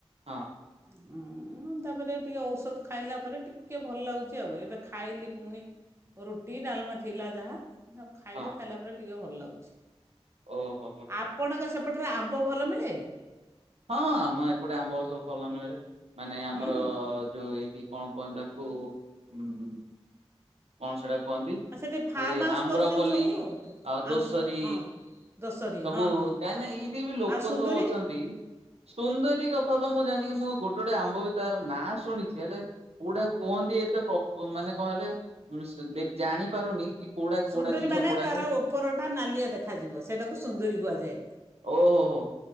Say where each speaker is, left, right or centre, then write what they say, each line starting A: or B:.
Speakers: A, on the right (about 80°); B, on the right (about 25°).
A: ହଁ।
B: ହୁଁ। ହୁଁ ତାପରେ ଟିକେ ଔଷଧ ଖାଇଲା ପରେ ଟିକେ ଭଲ ଲାଗୁଛି ଆଉ ଏବେ ଖାଇଲି ପୁଣି ରୁଟି ଡାଲମା ଥିଲା ଯାହା। ତାକୁ ଖାଇଲି
A: ହଁ
B: ଖାଇଲା ପରେ ଟିକେ ଭଲ ଲାଗୁଛି।
A: ଓହୋ ହୋ
B: ଆପଣଙ୍କ ସେ ପଟରେ ଆମ୍ବ ଭଲ ମିଳେ?
A: ହଁ ଆମ ଏପଟେ ଆମ୍ବ ସବୁ ଭଲ ମିଳେ। ମାନେ ଆମର
B: ହୁଁ।
A: ଯୋଉ ଏଇଠି କଣ କୁହନ୍ତି ତାକୁ ଉଁ ହୁଁ କଣ ସେରାକୁ କୁହନ୍ତି?
B: ଆଉ ସେଠି ଫାର୍ମ
A: ଯେ
B: ହାଉସ୍
A: ଆବ୍ରପଲ୍ଲୀ
B: କରିଛନ୍ତି ସବୁ
A: ଆଉ ଦୋଷରୀ।
B: ଆମ୍ବ୍ର ହଁ ଦୋଷରୀ
A: ସବୁ
B: ହଁ
A: କାହିଁକି
B: ହଁ
A: ନା ଏଇଠି ବି ଲୋକୋ
B: ଆଉ ସୁନ୍ଦରୀ
A: ସବୁ ଅଛନ୍ତି। ସୁନ୍ଦରୀ କଥା ତ ମୁଁ ଜାଣିନି। ମୁଁ ଗୋଟେ ଗୋ ଆମ୍ବ ବି ତାର ନାଁ ଶୁଣିଛି। ହେଲେ କୋଉଟା କୁହନ୍ତି ଏତେ ମାନେ କହିଲେ ଜାଣି ପାରୁନି କି କୋଉଟା କୋଉଟା
B: ସୁନ୍ଦରୀ
A: ଜିନିଷ
B: ମାନେ
A: କୋଉଟା
B: ତାର ଉପରଟା ନାଲିଆ ଦେଖାଯିବ। ସେଇଟାକୁ ସୁନ୍ଦରୀ କୁହାଯାଏ।
A: ଓହୋ ହୋ